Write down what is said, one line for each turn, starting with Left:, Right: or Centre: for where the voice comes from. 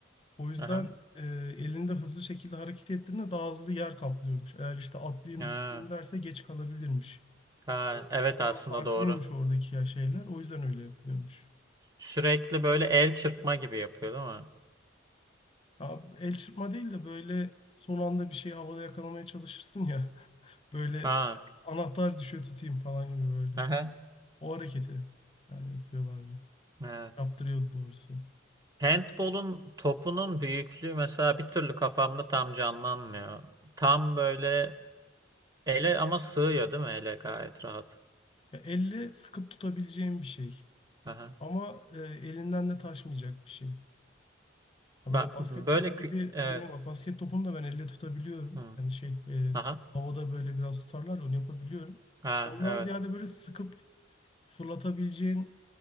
Left: O yüzden
Right: Aha.
Left: e, elini de hızlı şekilde hareket ettiğinde daha hızlı yer kaplıyormuş. Eğer işte atlayayım
Right: Ha,
Left: zıplayayım derse geç kalabilirmiş.
Right: ha,
Left: E,
Right: evet
Left: şuttan
Right: aslında
Left: farklıymış
Right: doğru.
Left: oradaki ya şeyler. O yüzden öyle yapılıyormuş.
Right: Sürekli böyle el çırpma gibi yapıyor değil mi?
Left: Ya el çırpma değil de böyle son anda bir şey havada yakalamaya çalışırsın ya. <laughs> Böyle
Right: Ha.
Left: anahtar düşüyor tutayım falan gibi böyle.
Right: Aha.
Left: O hareketi yani yapıyorlardı.
Right: Evet.
Left: Yaptırıyordu doğrusu.
Right: Handball'un topunun büyüklüğü mesela bir türlü kafamda tam canlanmıyor. Tam böyle ele ama sığıyor değil mi ele gayet rahat.
Left: Ya elle sıkıp tutabileceğim bir şey.
Right: Aha.
Left: Ama e, elinden de taşmayacak bir şey. Ha
Right: Bak
Left: Böyle basket
Right: böyle
Left: topu
Right: kü-
Left: gibi
Right: evet.
Left: yine bak basket topunu da ben elle tutabiliyorum.
Right: Hı.
Left: Yani şey e,
Right: Aha.
Left: havada böyle biraz tutarlar ya, onu yapabiliyorum.
Right: Ha,
Left: Ondan
Right: evet.
Left: ziyade böyle sıkıp fırlatabileceğin